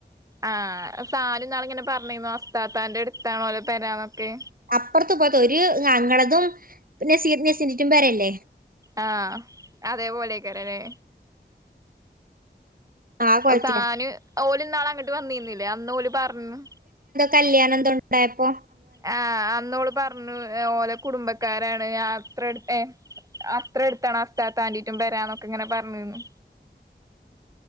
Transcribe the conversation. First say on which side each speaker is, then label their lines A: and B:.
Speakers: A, on the right; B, on the right.
A: ആഹ സാല എന്നാള ഇങ്ങനെ പറഞ്ഞിന്ന വസ്താത്താന്റെ അടുത്താണോലെ പെരാന്നൊക്കെ.
B: അപ്പുറത്ത് ഇപ്പറത്തു ഒരു ങ്ങളതും പിന്നെ സീനസിനിട്ടും പേരല്ലേ.
A: ആഹ അതേപോലെയക്കാരല്ലേ.
B: ആ കുളത്തിലാ
A: സാന ഓല് ന്നാള അങ്ങ്ട്ട് വന്നിന്നില്ലേ അന്ന് ഓല് പറഞ്ഞ.
B: കല്യാണന്തോണ്ടായപ്പോ.
A: ആഹ അന്നോള് പറഞ്ഞു ഓല കുടുംബക്കാരാണ് ഞാനത്രടുത്തേ. അത്ര അടുത്താണ് അസ്താത്താന്റെ ക്കാപേരാന്നൊക്കെ ഇങ്ങനെ പറഞ്ഞന്ന്.